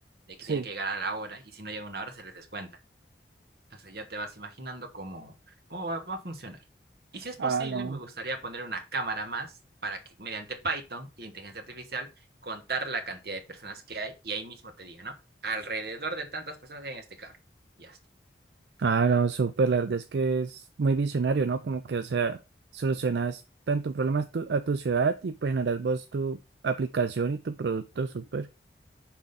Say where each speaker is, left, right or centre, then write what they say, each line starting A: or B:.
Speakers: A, on the right; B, on the right.
A: de que
B: sí.
A: tienen que llegar a la hora y si no llegan a una hora se les descuenta. Entonces ya te vas imaginando cómo, cómo va, va a funcionar. Y si es posible,
B: Ah, no.
A: me gustaría poner una cámara más para que mediante Python y inteligencia artificial contar la cantidad de personas que hay y ahí mismo te diga, ¿no? Alrededor de tantas personas hay en este carro. Ya está.
B: Ah, no, súper, la verdad es que es muy visionario, ¿no? Como que, o sea, solucionas tanto problemas tu- a tu ciudad y pues generas vos tu aplicación y tu producto, súper.